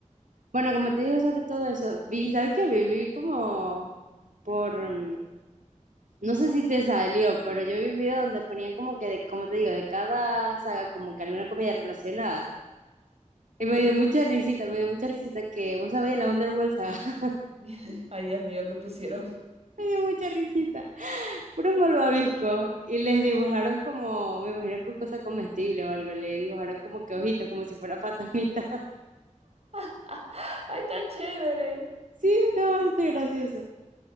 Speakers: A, on the right; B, on the right.
A: Bueno, como te digo sobre todo eso, vi, ¿sabes qué? Vi, vi como por, mm, no sé si te salió, pero yo vi un video donde ponían como que, de, como te digo, de cada saga como que alguna comida relacionada. Y
B: Uh.
A: me dio mucha risita, me dio mucha risita que, vos sabés, la Underworld saga, <laughs>
B: <laughs> Ay, Dios mío, ¿qué pusieron?
A: me dio mucha risita. Puros malvaviscos y les dibujaron como, me imagino con cosa comestible o algo, le dibujaron como que ojitos, como si fuera <laughs> fantasmita.
B: <laughs> Ay, está chévere.
A: Sí, está bastante gracioso.